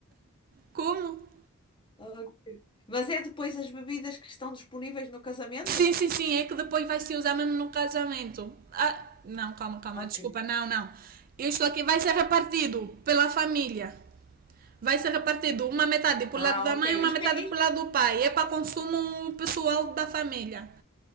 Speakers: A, on the right; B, on the left.
A: Como?
B: Ok. Mas é depois as bebidas que estão disponíveis no casamento?
A: Sim, sim, sim, é que depois vai se usar mesmo no casamento. Ah, não, calma, calma,
B: Ok.
A: desculpa, não, não. Isto aqui vai ser repartido pela família. Vai ser repartido uma metade pro
B: Ah,
A: lado da
B: ok.
A: mãe e
B: Isto
A: uma metade
B: é, isto-
A: pro lado do pai. É para consumo pessoal da família.